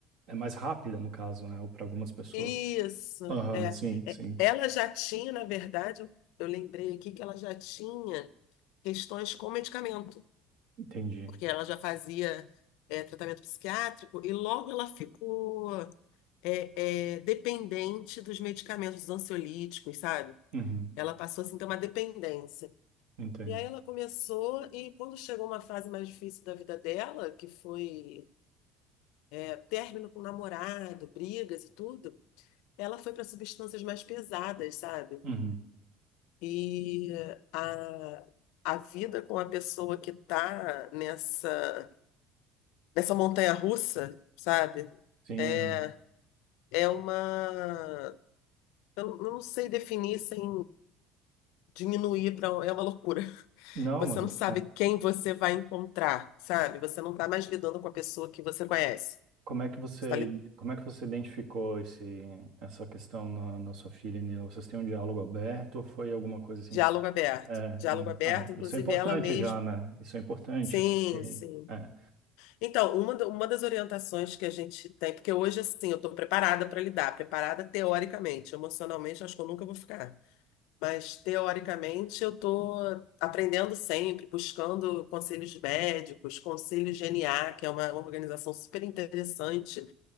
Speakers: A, on the right; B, on the left.
A: é mais rápida no caso, né, ou para algumas pessoas.
B: isso.
A: Aham,
B: É,
A: sim,
B: é,
A: sim,
B: ela já tinha, na verdade, eu lembrei aqui que ela já tinha questões com medicamento.
A: entendi.
B: porque ela já fazia é, tratamento psiquiátrico e logo ela ficou é, é, dependente dos medicamentos dos ansiolíticos, sabe?
A: Uhum,
B: Ela passou assim, a ter uma dependência.
A: entendo.
B: E aí ela começou, e quando chegou uma fase mais difícil da vida dela, que foi é, término com o namorado, brigas e tudo, ela foi para substâncias mais pesadas, sabe?
A: Uhum,
B: E a, a vida com a pessoa que está nessa Essa montanha-russa, sabe?
A: sim,
B: É,
A: eu-
B: é uma. Eu, eu não sei definir sem diminuir para. É uma loucura. <laughs>
A: não,
B: Você
A: mas
B: não
A: é.
B: sabe quem você vai encontrar, sabe? Você não está mais lidando com a pessoa que você conhece.
A: Como é que você,
B: Está ali,
A: como é que você identificou esse, essa questão na, na sua filha, Nina? Vocês têm um diálogo aberto ou foi alguma coisa assim
B: diálogo
A: que você...
B: aberto.
A: É, é,
B: Diálogo aberto,
A: ah,
B: inclusive
A: isso é importante
B: ela mesma.
A: já, né? Isso é importante
B: Sim,
A: porque
B: sim.
A: é,
B: Então, uma, da- uma das orientações que a gente tem, porque hoje, assim, eu estou preparada para lidar, preparada teoricamente, emocionalmente, acho que eu nunca vou ficar. Mas, teoricamente, eu estou aprendendo sempre, buscando conselhos médicos, conselho GNA, que é uma organização super interessante